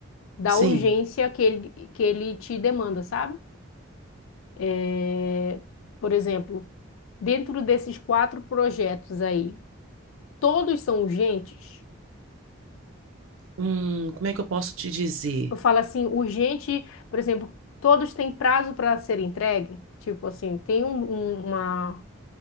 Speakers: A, on the left; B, on the right.
A: da
B: Sim,
A: urgência que ele, que ele te demanda, sabe? É, por exemplo, dentro desses quatro projetos aí, todos são urgentes?
B: hum, como é que eu posso te dizer?
A: Eu falo assim, urgente, por exemplo, todos têm prazo para ser entregue? Tipo assim, tem um, um- uma,